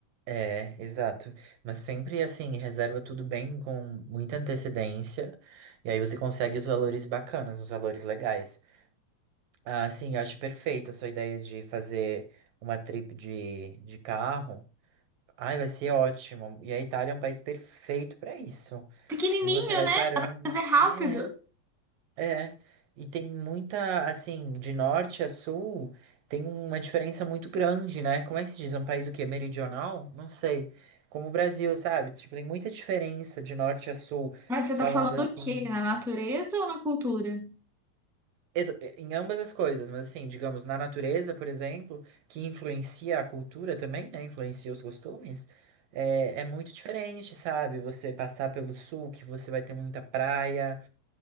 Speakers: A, on the right; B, in the centre.
A: É, exato. Mas sempre assim, reserva tudo bem com muita antecedência. E aí você consegue os valores bacanas, os valores legais. Ah, sim, eu acho perfeita a sua ideia de fazer uma trip de, de carro. Ai, vai ser ótimo. E a Itália é um país perfeito para isso.
B: Pequenininho,
A: E você vai
B: né?
A: parando.
B: Dá pra fazer rápido.
A: É. É, e tem muita, assim, de norte a sul, tem uma diferença muito grande, né? Como é que se diz? É Um país o quê? Meridional? Não sei. Como o Brasil, sabe? Tipo, tem muita diferença de norte a sul,
B: Mas você
A: falando
B: tá falando
A: assim
B: o quê?
A: de.
B: Na natureza ou na cultura?
A: eu Em ambas as coisas, mas assim, digamos, na natureza, por exemplo, que influencia a cultura também, né? Influencia os costumes. É, é muito diferente, sabe? Você passar pelo sul, que você vai ter muita praia.